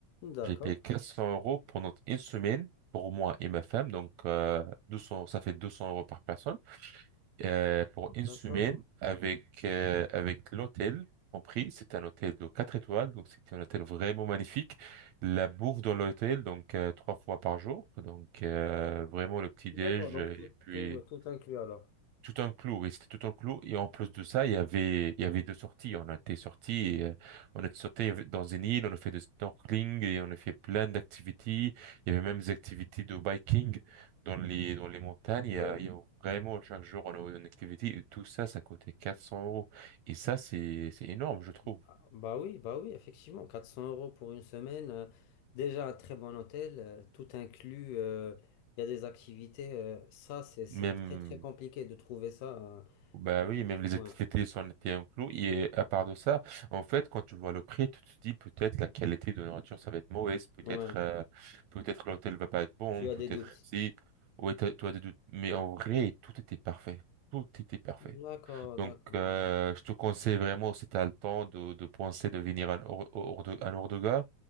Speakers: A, on the left (about 85°); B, on the right (about 75°).
A: D'accord,
B: j'ai payé 400 euros pendant une semaine pour moi et ma femme. Donc, euh, 200, ça fait 200 euros par personne. Euh, pour une
A: d'accord.
B: semaine avec, euh, avec l'hôtel compris. C'est un hôtel de 4 étoiles. Donc, c'était un hôtel vraiment magnifique. La bouffe dans l'hôtel, donc, euh, trois fois par jour. Donc, euh, vraiment le petit-déj
A: D'accord, donc
B: euh, et
A: tout,
B: puis
A: tout, tout inclus alors.
B: tout un clou, oui, c'était tout un clou. Et en plus de ça, il y avait, il y avait deux sorties. On a été sortis, et, euh, on a sauté dans une île, on a fait du snorkeling et on a fait plein d'activités. Il y avait même des activités de biking dans les, dans les montagnes. Il y
A: Ouais.
B: a, il y a vraiment chaque jour, on a une activité. Et tout ça, ça coûtait 400 euros. Et ça, c'est, c'est énorme, je trouve.
A: Bah bah oui, bah oui, effectivement. quatre cents euros pour une semaine, euh, déjà un très bon hôtel, euh, tout inclus, euh, il y a des activités. euh, ça, c'est, c'est
B: Même
A: très très compliqué de trouver ça. euh,
B: Bah oui, même
A: euh,
B: les
A: ouais,
B: activités sont été incluses. Et à part de ça, en fait, quand tu vois le prix, tu te dis peut-être la qualité de nourriture, ça va être mauvaise, peut-être
A: ouais.
B: euh, peut-être l'hôtel va pas être bon,
A: Tu as
B: peut-être
A: des doutes.
B: si. Ouais, t'as- tu as des doutes. Mais en vrai, tout était parfait. Tout était parfait.
A: D'accord,
B: Donc,
A: d'accord.
B: euh, je te conseille vraiment, si tu as le temps, de, de penser de venir à Or- Or- Ordo- à Ordoga.